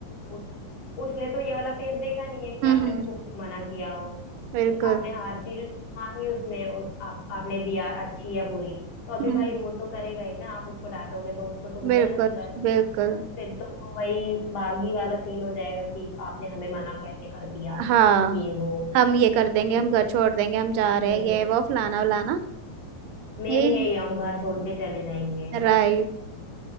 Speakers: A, on the left; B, on the right.
A: उस, उसने तो ये वाला फेस देखा नहीं है कि
B: हम्म
A: आपने
B: हम्म
A: उसको कुछ मना किया हो
B: बिल्कुल
A: आपने हर चीज उसको मांगी उसने उस आप आपने दिया अच्छी या बुरी तो अभी
B: हम्म हम्म,
A: भाई वो तो करेगा ही ना आप उसको डांटोगे तो उसको तो बुरा
B: बिल्कुल
A: लगेगा ही।
B: बिल्कुल
A: फिर तो वो वही बागी वाला सीन हो जाएगा कि आपने हमें मना कैसे कर दिया
B: हाँ
A: ये वो
B: हम ये कर देंगे
A: फिर
B: हम घर
A: तो
B: छोड़ देंगे हम जा रहे
A: हम्म
B: हैं ये वो फलाना वलाना
A: मेन
B: यही
A: यही हम घर छोड़ के चले जाएंगे
B: राइट